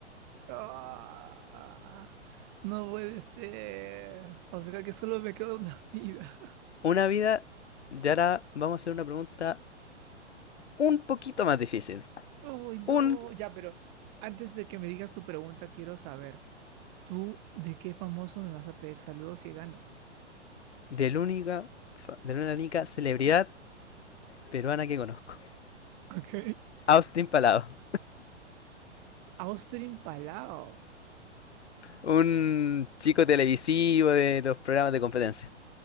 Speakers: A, on the right (about 40°); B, on the left (about 70°).
A: Ah, no puede ser. O sea que solo me queda una <laughs> vida.
B: Una vida, y ahora vamos a hacer una pregunta un poquito más difícil.
A: Uy, no,
B: Un
A: ya, pero antes de que me digas tu pregunta, quiero saber, ¿tú de qué famoso me vas a pedir saludos si ganas?
B: de la única, de la única celebridad peruana que conozco.
A: Ok.
B: Austin Palado,
A: Austin Palao.
B: un chico televisivo de los programas de competencia